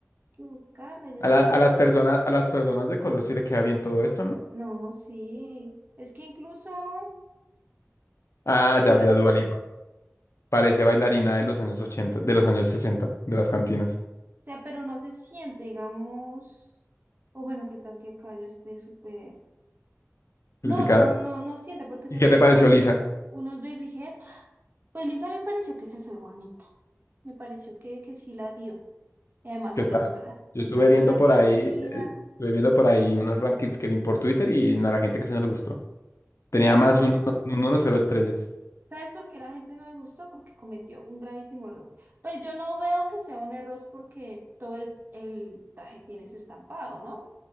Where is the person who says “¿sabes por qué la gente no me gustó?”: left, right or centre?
Right